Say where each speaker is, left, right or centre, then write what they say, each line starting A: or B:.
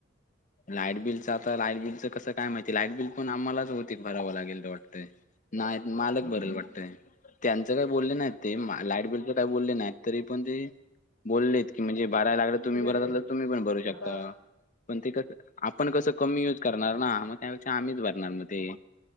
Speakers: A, on the left; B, on the left.
A: लाईट बिलच आता लाईट बिलच कसं काय माहिती लाईट बिल पण आम्हालाच होते भरावं लागेल ते वाटतय. नाही मालक
B: किती
A: भरेल वाटतय. ते काही बोलले नाहीत ते लाईट बिल काही बोलले नाहीत तरी पण ते बोललेत की म्हणजे बाराला लाग. तुम्ही
B: किती
A: भरत
B: असं
A: अस तर तुम्ही पण भरू शकता
B: आता
A: पण ते कस आपण कसं. कमी युज करणार ना मग त्यापेक्षा आम्हीच भरणार मग ते.